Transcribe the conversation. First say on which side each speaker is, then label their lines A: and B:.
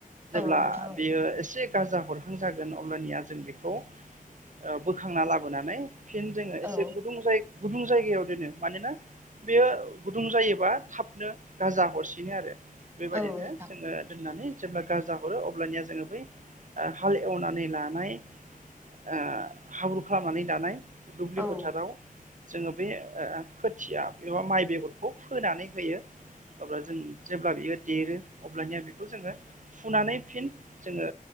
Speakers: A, on the right; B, on the right.
A: जेब्ला
B: औ नोंथां
A: बेयो एसे गाजा हरहां जागोन अब्लानिया जों बेखौ ओ बोखांना लाबोनानै फिन जोङो
B: औ
A: एसे गुदुं जाय गुदुं जायगायाव दोनो मानोना बेयो गुदुं जायोबा थाबनो गाजा हरसिनो आरो बेबायदिनो
B: औ
A: जोङो दोननानै जेब्ला गाजा हरो अब्लानिया जोङो बै हाल एवनानै लानाय ओ हाब्रु खालामनानै लानाय दुब्लि
B: औ औ
A: फोथाराव जोङो बे ओ खोथिया एबा माइ बेगरखौ फोनानै होयो अब्ला जों जेब्ला बियो देरो अब्लानिया बेखौ जोङो फुनानै फिन जोङो